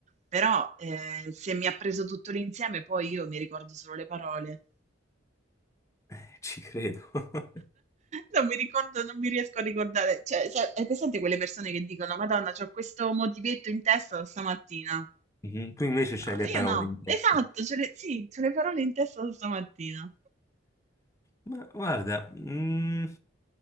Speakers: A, on the right; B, on the left.
A: Però eh, se mi ha preso tutto l'insieme, poi io mi ricordo solo le parole.
B: <laughs> ci credo. <laughs>
A: Non mi ricordo, non mi riesco a ricordare. Cioè, sai, hai presente quelle persone che dicono: Madonna, c'ho questo motivetto in testa da stamattina.
B: Mhm. Tu invece c'hai
A: Ah,
B: le
A: io
B: parole
A: no.
B: in testa.
A: Esatto, ce le, sì, c'ho le parole in testa da stamattina.
B: Ma guarda, mm,